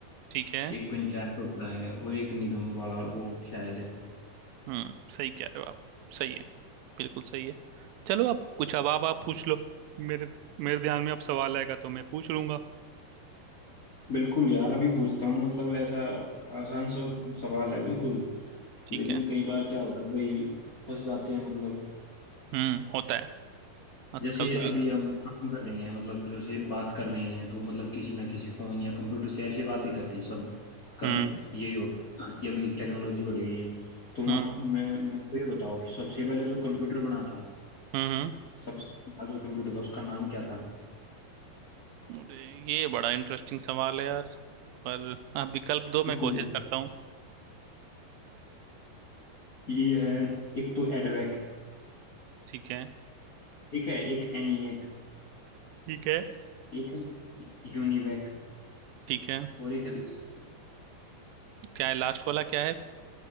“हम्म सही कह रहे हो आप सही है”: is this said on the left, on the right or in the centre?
Right